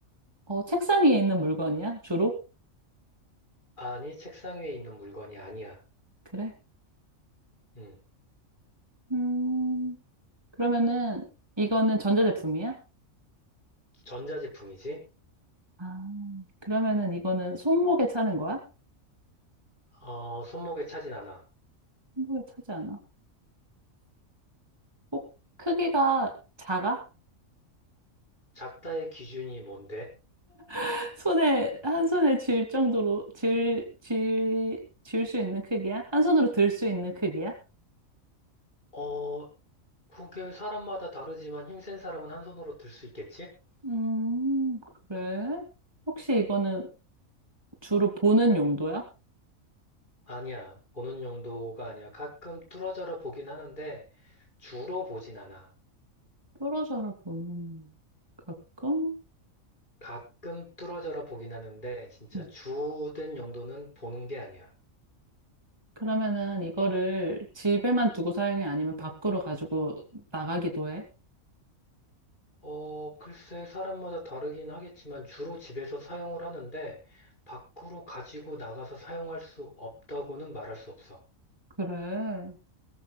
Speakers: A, on the right; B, on the left.
A: 어, 책상 위에 있는 물건이야? 주로?
B: 아니, 책상 위에 있는 물건이 아니야.
A: 그래?
B: 음,
A: 음, 그러면은, 이거는 전자제품이야?
B: 전자제품이지?
A: 아, 그러면은 이거는 손목에 차는 거야?
B: 어, 손목에 차진 않아.
A: 손목에 차지 않아. 꼭 크기가 작아?
B: 작다의 기준이 뭔데?
A: <laughs> 손에, 한 손에 쥘 정도로, 쥘, 쥘, 쥘 수 있는 크기야? 한 손으로 들 수 있는 크기야?
B: 어, 그게 사람마다 다르지만 힘센 사람은 한 손으로 들 수 있겠지?
A: 음, 그래? 혹시 이거는 주로 보는 용도야?
B: 아니야. 보는 용도가 아니야. 가끔 뚫어져라 보긴 하는데 주로 보진 않아.
A: 떨어져라 보는 가끔?
B: 가끔 뚫어져라 보긴 하는데 진짜
A: 음.
B: 주된 용도는 보는 게 아니야.
A: 그러면은 이거를 집에만 두고 사용해? 아니면 밖으로 가지고 나가기도 해?
B: 어, 글쎄 사람마다 다르긴 하겠지만 주로 집에서 사용을 하는데 밖으로 가지고 나가서 사용할 수 없다고는 말할 수 없어.
A: 그래.